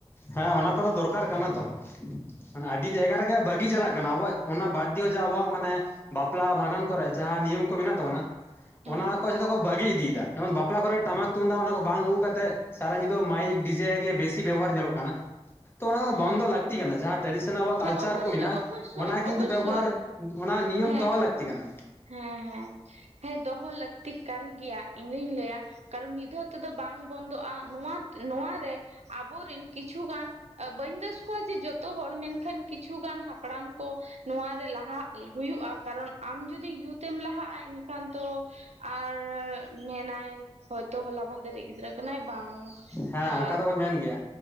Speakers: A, on the left; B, on the right.
A: ᱦᱮᱸ ᱚᱱᱟ ᱠᱚᱫᱚ ᱫᱚᱨᱠᱟᱨ ᱠᱟᱱᱟ ᱛᱚ᱾ ᱢᱟᱱᱮ ᱟᱹᱰᱤ ᱡᱟᱭᱜᱟ ᱨᱮᱜᱮ ᱵᱟᱹᱜᱤ ᱪᱟᱞᱟᱜ ᱠᱟᱱᱟ ᱟᱵᱚᱣᱟᱜ ᱚᱱᱟ ᱵᱟᱫᱽ ᱫᱤᱭᱮ ᱡᱮ ᱚᱱᱟ ᱟᱵᱚᱣᱟᱜ ᱢᱟᱱᱮ ᱵᱟᱯᱞᱟ, ᱵᱷᱟᱸᱰᱟᱱ ᱠᱚᱨᱮ ᱡᱟᱦᱟᱸ ᱱᱤᱭᱚᱢ ᱠᱚ ᱢᱮᱱᱟᱜ ᱛᱟᱵᱚᱱᱟ
B: ᱦᱮᱸ
A: ᱚᱱᱟ ᱠᱚ ᱡᱷᱚᱛᱚ ᱠᱚ ᱵᱟᱹᱜᱤ ᱤᱫᱤᱭ ᱮᱫᱟ᱾ ᱡᱮᱢᱚᱱ ᱵᱟᱯᱼᱼ ᱵᱟᱯᱞᱟ ᱠᱚᱨᱮ ᱴᱟᱢᱟᱠ ᱛᱩᱢᱫᱟᱜ ᱚᱱᱟ ᱠᱚ ᱵᱟᱝ ᱟᱹᱜᱩ ᱠᱟᱛᱮᱫ ᱥᱟᱨᱟ ᱧᱤᱫᱟᱹ ᱢᱟᱭᱤᱠ ᱰᱤᱡᱮ ᱜᱮ ᱵᱮᱥᱤ ᱵᱮᱵᱚᱦᱟᱨ ᱧᱮᱞᱚᱜ ᱠᱟᱱᱟ, ᱛᱚ ᱚᱱᱟ ᱠᱚᱫᱚ
B: ᱦᱮᱸ
A: ᱵᱚᱱᱫᱚ ᱞᱟᱹᱠᱛᱤ ᱠᱟᱱᱟ ᱡᱟᱦᱟᱸ ᱴᱟᱮᱰᱤᱥᱚᱱᱟᱞ ᱟᱵᱚᱣᱟᱜ
B: ᱦᱮᱸ
A: ᱠᱟᱞᱪᱟᱨ
B: ᱚᱵᱚᱥᱥᱳᱭ
A: ᱠᱚ ᱢᱮᱱᱟᱜᱼᱟ
B: ᱚᱵᱚᱥᱥᱳᱭ
A: ᱚᱱᱟ ᱠᱤᱱᱛᱩ
B: ᱚᱵᱚᱥᱥᱳᱭ
A: ᱵᱮᱵᱚᱦᱟᱨ ᱚᱱᱟ ᱱᱤᱭᱚᱢ
B: ᱦᱮᱸ
A: ᱫᱚᱦᱚ ᱞᱟᱹᱠᱛᱤ ᱠᱟᱱᱟ᱾
B: ᱦᱮᱸ ᱦᱮᱸ, ᱦᱮᱸ ᱫᱚᱦᱚ ᱞᱟᱹᱠᱛᱤ ᱠᱟᱱ ᱜᱮᱭᱟ ᱤᱧ ᱫᱩᱧ ᱞᱟᱹᱭᱟ ᱠᱟᱨᱚᱱ ᱢᱤᱫ ᱫᱷᱟᱣ ᱛᱮᱫᱚ ᱵᱟᱝ ᱵᱚᱱᱫᱚᱜᱼᱟ ᱱᱚᱣᱟᱛ ᱱᱚᱣᱟ ᱨᱮ ᱟᱵᱚ ᱨᱤᱱ ᱠᱤᱪᱷᱩᱜᱟᱱ ᱵᱟᱹᱧ ᱫᱚᱥ ᱠᱚᱣᱟ ᱡᱮ ᱡᱚᱛᱚ ᱦᱚᱲ ᱢᱮᱱᱠᱷᱟᱱ ᱠᱤᱪᱷᱩᱜᱟᱱ ᱦᱟᱯᱲᱟᱢ ᱠᱚ ᱱᱚᱣᱟ ᱨᱮ ᱞᱟᱦᱟᱜ ᱦᱩᱭᱩᱜᱼᱟ᱾ ᱠᱟᱨᱚᱱ ᱟᱢ ᱡᱩᱫᱤ ᱤᱭᱩᱛ ᱮᱢ ᱞᱟᱦᱟᱜᱼᱟ ᱮᱱᱠᱷᱟᱱ ᱛᱚ ᱟᱨᱻ ᱢᱮᱱᱟᱭ ᱦᱚᱭᱛᱚ ᱦᱚᱞᱟ ᱢᱟᱸᱦᱫᱮᱨᱤᱡ ᱜᱤᱫᱽᱨᱟᱹ ᱠᱟᱱᱟᱭ ᱵᱟᱝ
A: ᱦᱮᱸ
B: ᱟᱻ
A: ᱚᱱᱠᱟ ᱫᱚᱠᱚ ᱢᱮᱱ ᱜᱮᱭᱟ